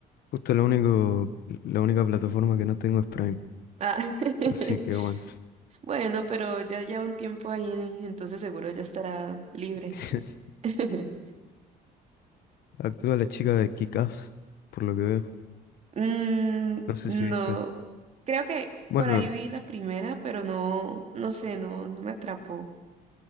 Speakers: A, on the left; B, on the right.
A: Justo lo único, la única plataforma que no tengo es Prime.
B: Ah, <laughs>
A: Así que bueno.
B: bueno, pero ya lleva un tiempo ahí, entonces seguro ya estará libre.
A: <laughs>
B: <laughs>
A: Actúa la chica de Kick-Ass, por lo que veo.
B: Mm,
A: No sé
B: no,
A: si viste.
B: creo que
A: Bueno,
B: por ahí vi la primera, pero no, no sé, no, no me atrapó.